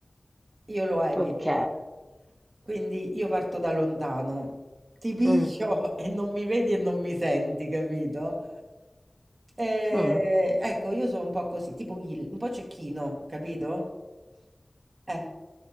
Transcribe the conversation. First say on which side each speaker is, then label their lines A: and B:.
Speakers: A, on the right; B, on the right.
A: Io lo evito.
B: ok.
A: Quindi io parto da lontano. Ti piglio
B: Mm,
A: <laughs> e non mi vedi e non mi senti, capito? Eh,
B: mm.
A: ecco, io sono un po' così, tipo Gil, un po' cecchino, capito? Eh.